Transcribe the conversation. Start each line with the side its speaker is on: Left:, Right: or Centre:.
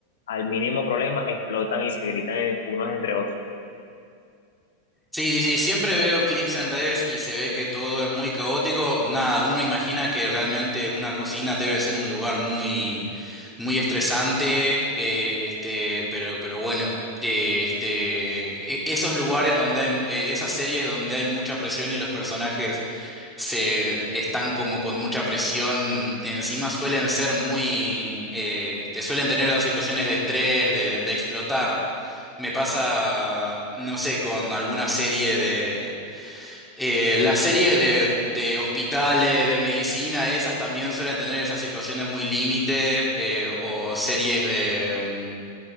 Left: al mínimo problema, explotan y se gritan en- unos entre otros.
Centre: Sí, sí, sí, siempre veo clips en redes y se ve que todo es muy caótico. Nada, uno imagina que realmente una cocina debe ser un lugar muy, muy estresante, eh, este, pero, pero bueno, eh, este, e- esos lugares donde hay, eh, esas series donde hay mucha presión y los personajes se están como con mucha presión encima, suelen ser muy, eh, te suelen tener las situaciones de estrés, de, de explotar. Me pasa, no sé, con alguna serie de... eh, la serie de, de hospitales, de medicina, esas también suelen tener esas situaciones muy límite, eh, o series de, mm,